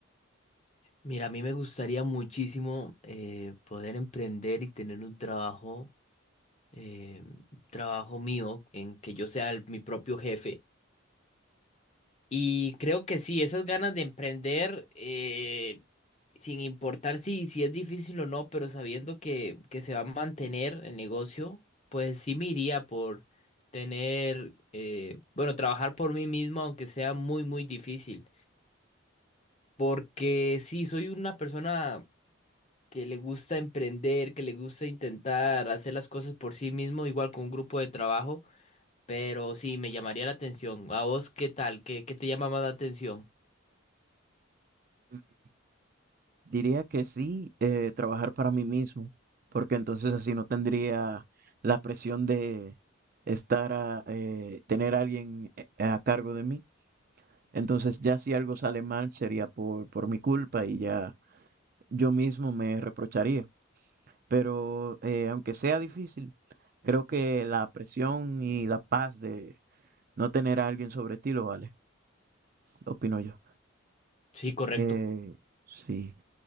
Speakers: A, on the left; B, on the right.
A: Mira, a mí me gustaría muchísimo eh, poder emprender y tener un trabajo, eh, un trabajo mío, en que yo sea el- mi propio jefe. Y creo que sí, esas ganas de emprender, eh, sin importar si, si es difícil o no, pero sabiendo que, que se va a mantener el negocio, pues sí me iría por tener, eh, bueno, trabajar por mí mismo, aunque sea muy, muy difícil. Porque sí, soy una persona que le gusta emprender, que le gusta intentar hacer las cosas por sí mismo, igual con un grupo de trabajo, pero sí, me llamaría la atención. ¿A vos qué tal? ¿Qué, qué te llama más la atención?
B: Mm, Diría que sí, eh, trabajar para mí mismo, porque entonces así no tendría la presión de estar a, eh, tener a alguien eh, a cargo de mí. Entonces ya si algo sale mal sería por, por mi culpa y ya yo mismo me reprocharía. pero eh, aunque sea difícil, creo que la presión y la paz de no tener a alguien sobre ti lo vale, opino yo.
A: Sí, correcto.
B: Eh, sí.